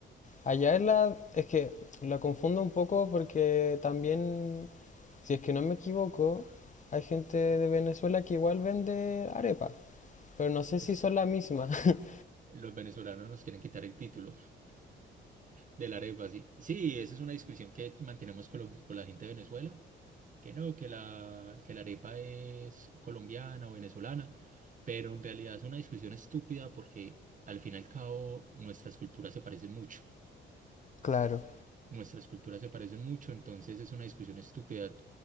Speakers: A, on the left; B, on the right.
A: Allá es la... Es que la confundo un poco porque también, si es que no me equivoco, hay gente de Venezuela que igual vende arepa, pero no sé
B: Es,
A: si son la misma. <laughs>
B: los venezolanos nos quieren quitar el título. De la arepa, sí. Sí, esa es una discusión que mantenemos con, lo- con la gente de Venezuela, que no, que la, que la arepa es colombiana o venezolana, pero en realidad es una discusión estúpida porque al fin y al cabo nuestras culturas se parecen mucho.
A: Claro.
B: Nuestras culturas se parecen mucho, entonces es una discusión estúpida.